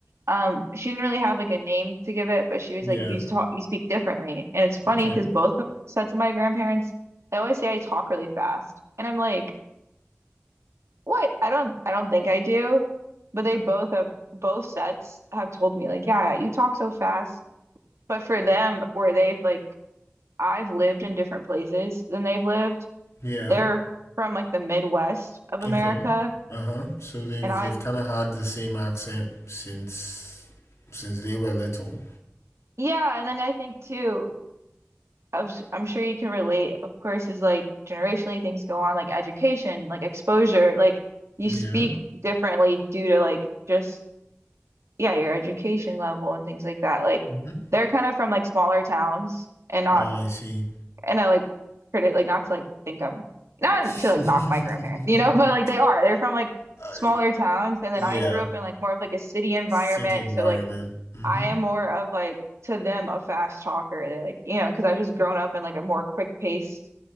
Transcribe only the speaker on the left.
Yeah.
Okay.
Yeah.
Okay. Uh huh. So they've
they've kind of had the same accent since since they were little.
Yeah.
Mm-hmm.
Oh, I see.
<laughs>
I,
yeah.
City environment.
Mm-hmm.